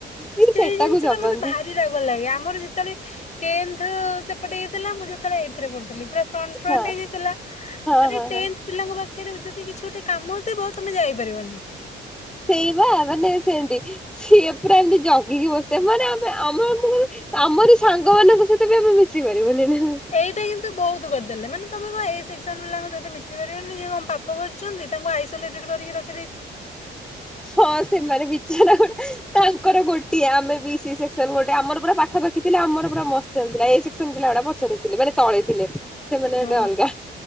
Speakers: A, in the centre; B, on the left.
A: ସିଏ
B: ସେଇ
A: ସେଟାକୁ
B: ଜିନିଷ
A: ଜଗନ୍ତି
B: ଟା ମତେ ଭାରି ରାଗ ଲାଗେ ଆମର ଯେତେବେଳେ ଟେନ୍ଥ ସେପଟେ ହେଇଥିଲା ମୁଁ ଯେତେବେଳେ ଏଇଟଥ୍ ରେ ପଢୁଥିଲି। ପୁରା ଫ୍ରଣ୍ଟ ଫ୍ରଣ୍ଟ
A: ହଁ
B: ହେଇଯାଇ ଥିଲା
A: ହଁ
B: ଆରେ
A: ହଁ ହଁ।
B: ତେଁଥ ପିଲାଙ୍କ ପାଖକୁ <unintelligible> ଯଦି କିଛି ଗୋଟେ କାମଥିବ ତମେ ଯାଇପାରିବନି।
A: ସେଇ ବା ମାନେ ସେମିତି ସିଏ ପୁରା ଏମିତି ଜଗିକି ବସିଥିବେ ମାନେ ଆମେ ଆମ ଆମରି ସାଙ୍ଗ ମାନଙ୍କ ସହିତ ବି ଆମେ ମିଶିବାନି ମାନେ ଏଟା
B: ଏଇଟା କିନ୍ତୁ ବହୁତ କରିଦେଲେ ମାନେ ତମେ କଣ ଏ ସେକ୍ସନ ପିଲାଙ୍କ ସହିତ ମିଶିପାରିବାନି ଯେ ସେ କଣ ପାପ କରିଛନ୍ତି ତାଙ୍କୁ ଆଇସିୟୁଲେଟେଡ କରିକି ରଖି
A: ହଁ ସେମାନେେ ବିଚାର ଗୋ ତାଙ୍କର ଗୋଟିଏ ଆମେ ବି ସି ସେକ୍ସନ ଗୋଟେ ଆମର ପୁରା ପାଖା ପାାଖି ଥିଲେ ଆମର ପୁରା ମସ୍ତ୍ ଚାଲିଥିଲା ଏ ସେକ୍ସନ ପିଲା ଗୁଡା ପଛରେ ଥିଲେ ମାନେ ତଳେ ଥିଲେ। ସେମାନେ
B: ହୁଁ
A: ଗୋଟେ ଅଲଗା